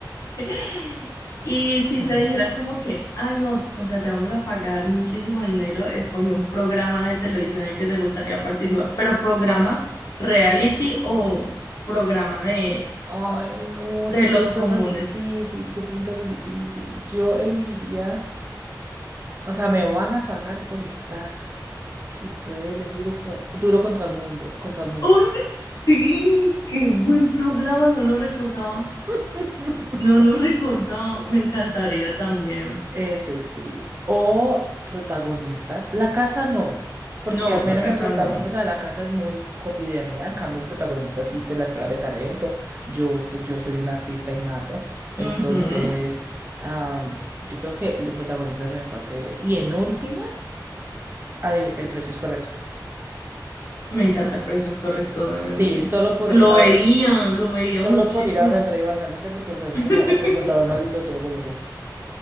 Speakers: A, on the left (about 50°); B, on the right (about 30°).
A: <laughs> y
B: <laughs>
A: si te dijeran como que, ay no, o sea, te vamos a pagar muchísimo dinero, escoge un programa de televisión en el que te gustaría participar, pero programa reality o programa de,
B: Ah, ay, no,
A: de
B: qué pregunta
A: los comunes.
B: tan difícil, qué pregunta tan difícil. Yo elegiría, o sea, me van a pagar por estar y puede elegir o cua- duro contra el mundo, contra el muro.
A: ¡Uy, sí! ¡Qué buen programa! No lo recordaba,
B: <laughs>
A: no lo recordaba, me encantaría también.
B: Ese sí. O protagonistas. La casa no, porque
A: No,
B: al menos
A: la casa
B: en protagonistas,
A: no.
B: o sea, la casa es muy cotidianidad, en cambio en protagonistas sí, pues las pruebas de talento. Yo, se- yo soy un artista innato, entonces
A: Ujú.
B: am, yo creo que los protagonistas de nuestra tele. Y en últimas, adiv- el precio es correcto.
A: Me encanta el precio es correcto, Dios
B: Sí,
A: mío.
B: solo por,
A: Lo
B: a-
A: veía, lo veía
B: solo
A: muchísimo.
B: por ir a abrazar a Iván Lalinda porque me parece como
A: <laughs>
B: el presentador más lindo de todo Colombia.